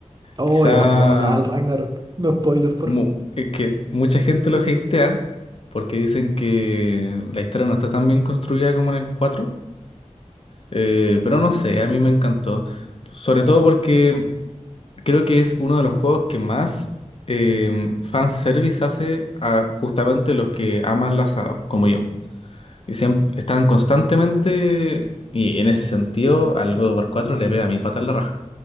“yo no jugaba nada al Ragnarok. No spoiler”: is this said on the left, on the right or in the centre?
Right